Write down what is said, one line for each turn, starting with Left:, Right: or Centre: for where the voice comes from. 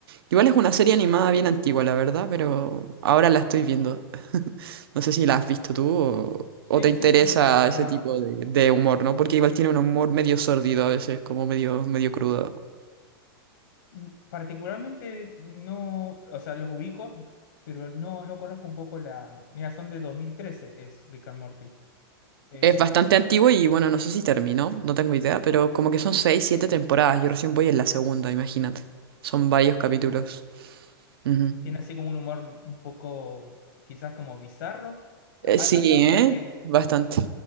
Right: Igual es una serie animada bien antigua, la verdad, pero ahora la estoy viendo. No sé si la has visto tú o,
Left: Sí,
Right: o te interesa
Left: sí, sí, o sea,
Right: ese tipo de, de humor, ¿no? Porque igual tiene un humor medio sórdido a veces, como medio, medio crudo.
Left: n- particularmente no, o sea, los ubico, pero no, no conozco un poco la... Mira, son de 2013, es Rick and Morty. Eh,
Right: Es bastante antiguo y bueno, no sé si terminó, no tengo idea, pero como que son seis, siete temporadas. Yo recién voy en la segunda, imagínate. Son varios capítulos. Ujú.
Left: Tiene así como un humor un poco, quizás como bizarro.
Right: Eh,
Left: Ha-
Right: sí,
Left: había otra
Right: ¿eh?
Left: que,
Right: Bastante.